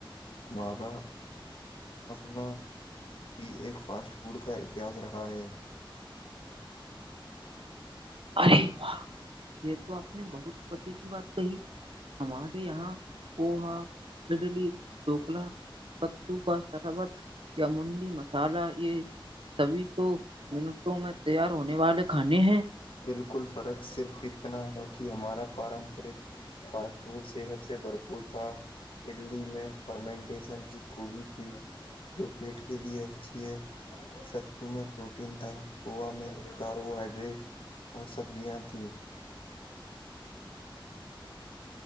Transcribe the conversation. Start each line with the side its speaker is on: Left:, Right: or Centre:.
Left: ہمارا اپنا بھی ایک فاسٹ فوڈ کا اتہس رہا ہے
Right: ارے واہ یہ تو آپ نے بہت پتی کی بات کہی ہمارے یہاں پوہا اڈلی ٹوکلا کتو کا سربت یا منڈی مسالہ یہ سبھی تو منٹوں میں تیار ہونے سوال کھانے ہیں
Left: بالکل فرق صرف اتنا ہے کہ ہمارا پارمپرک فاسٹ فوڈ صحت سے بھرپور تھا اڈلی میں فرمنٹیشن کی گوبی تھی جو پیٹ کے لیے اچھی ہے ستو میں پروٹین تھا کووا میں کاربوہائڈریٹ اور سبزیاں تھیں